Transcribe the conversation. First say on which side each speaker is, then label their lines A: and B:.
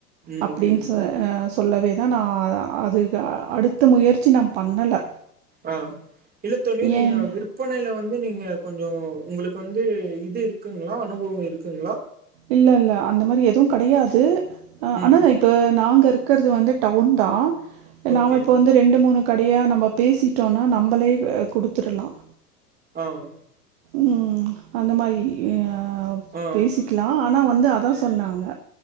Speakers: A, on the right; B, on the right.
A: ம்
B: அப்படின்னு
A: ம்
B: சொ சொல்லவே தான் நான் அது அடுத்த முயற்சி நம்ம பண்ணல
A: ஆஹ் இல்லதோழி நீங்க
B: ஏன்
A: விற்பனையில வந்து நீங்க கொஞ்சம் உங்களுக்கு வந்து இது இருக்குங்களா அனுபவம் இருக்குங்களா
B: இல்ல இல்ல அந்த மாதிரி எதுவும் கிடையாது
A: ம்
B: அதாங்க இப்ப நாங்க இருக்கிறது வந்து டவுன் தான்
A: ஓகே
B: நாம இப்ப வந்து ரெண்டு மூணு கடையா நம்ம பேசிட்டோம்னா நம்மளே கொடுத்துடலாம்
A: ஆஹ்
B: உம் அந்த மாதிரி ஆஹ்
A: ஆ
B: பேசிக்கலாம் ஆனா வந்து அதா சொன்னாங்க